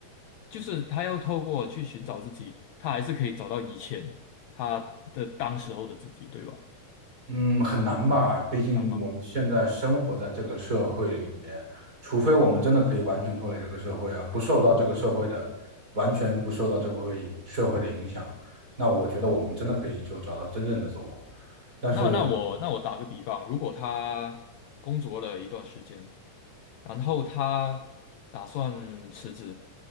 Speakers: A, on the left; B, on the right.
A: 就是他要透过去寻找自己，他还是可以找到以前他的当时候的自己，对吧？
B: 嗯，很难吧？毕竟我们现在生活在这个社会里面，
A: 难吗？
B: 除非我们真的可以完全脱离这个社会啊，不受到这个社会的，完全不受到这个会社会的影响，那我觉得我们真的可以就找到真正的自我。但是，
A: 那那我那我打个比方，如果他工作了一段时间，然后他打算辞职，